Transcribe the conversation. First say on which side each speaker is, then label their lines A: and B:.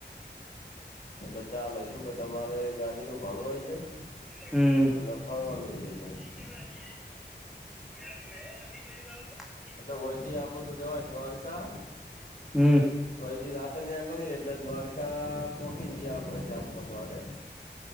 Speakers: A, on the left (about 50°); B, in the centre.
A: એટલે ચાલે શું કે તમારે ગાડીનું ભાળું આય જાય
B: હમ
A: અને ફળવાનું થઈ જાય
B: બાજ <unintelligible>
A: એટલે વયથી આપડ તો જવાય દ્વારકા
B: હમ
A: ઓથી રાત ની આકળીએ એટલે દ્વારકા પોહકી જએ આપડે ચાર પાંચ વાગે